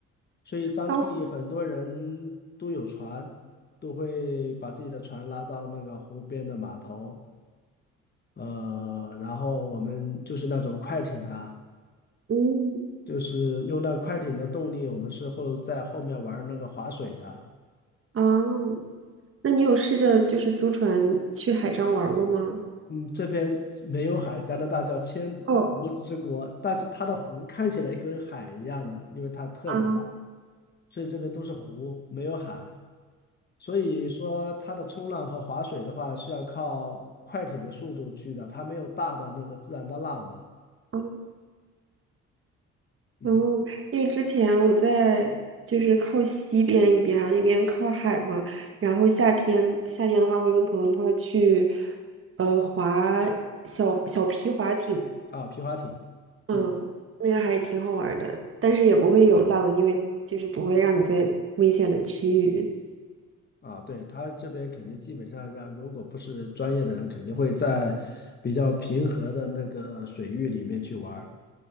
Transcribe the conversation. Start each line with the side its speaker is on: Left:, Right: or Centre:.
Left: 所以当地很多人都有船，
Right: 哦，
Left: 都会把自己的船拉到那个湖边的码头，呃，然后我们就是那种快艇啊，
Right: 嗯，
Left: 就是用那快艇的动力，我们是会在后面玩那个划水的。
Right: 哦，那你有试着就是租船去海上玩儿过吗？
Left: 嗯，这边没有海，加拿大叫千湖之国，
Right: 哦，
Left: 但是它的湖看起来跟海一样的，因为它特别大，
Right: 啊，
Left: 所以这边都是湖，没有海。所以说它的冲浪和划水的话是要靠快艇的速度去的，它没有大的那个自然的浪的。
Right: 哦，
Left: 嗯，
Right: 哦因为之前我在就是靠西边一边啊，然后那边靠海嘛，然后夏天夏天的话会跟朋友一块儿去，呃，划小小皮划艇，
Left: 啊，皮划艇，
Right: 嗯，
Left: 嗯，
Right: 那个还挺好玩儿的，但是也不会有浪，因为就是不会让你在危险的区域。
Left: 啊，对，它这边肯定基本上让，如果不是专业的人，肯定会在比较平和的那个水域里面去玩儿。